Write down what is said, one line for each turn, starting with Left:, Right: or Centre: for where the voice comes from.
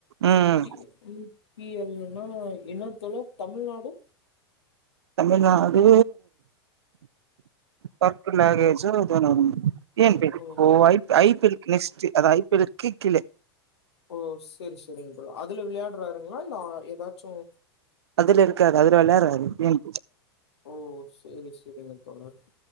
Right: ம்
Left: டி என் பி எல் னா என்னத் தோழர் தமிழ்நாடு
Right: தமிழ்நாடு பக்கு நக <unintelligible> டி ஏன் பி எல் இப்போ
Left: ஓ
Right: I P I P L க்கு நெக்ஸ்ட் அது ஐ பி எல க்கு கிலே
Left: ஓ சேரி சேரிங்கப்ரோ அதுல விளையாடுறாருங்களா இல்ல ஏதச்சும்
Right: அதுல இருக்கா அதுல விளையாடுறாரு உம்
Left: ஓ செரி செரிங்க தோழர்